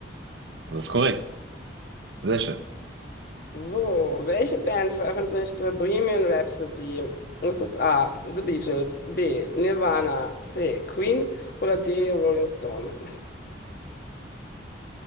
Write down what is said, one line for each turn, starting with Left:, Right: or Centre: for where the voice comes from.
Right: Das ist korrekt. Sehr schön.
Left: So, welche Band veröffentlichte Bohemian Rhapsody? Ist es A, The Beatles, B, Nirvana, C, Queen oder D, Rolling Stones?